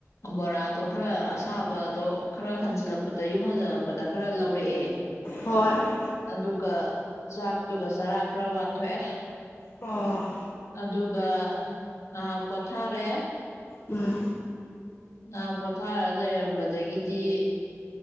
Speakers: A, on the left; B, on the left.
A: ꯕꯣꯔꯥꯗꯣ ꯈꯔ ꯑꯁꯥꯕꯗꯣ ꯈꯔ ꯍꯟꯖꯤꯜꯂꯛꯄꯗ ꯌꯨꯝ ꯍꯟꯖꯜꯂꯛꯄꯗ ꯈꯔ ꯂꯧꯔꯛꯑꯦ
B: ꯍꯣꯏ
A: ꯑꯗꯨꯒ ꯆꯥꯛꯇꯨꯒ ꯆꯔꯥ ꯈꯔ ꯋꯥꯟꯊꯣꯛꯑꯦ
B: ꯑ
A: ꯑꯗꯨꯒ ꯉꯥꯏꯍꯥꯛ ꯄꯣꯊꯥꯔꯦ
B: ꯎꯝ
A: ꯑ ꯄꯣꯊꯥꯔ ꯂꯩꯔꯝꯕꯗꯒꯤꯗꯤ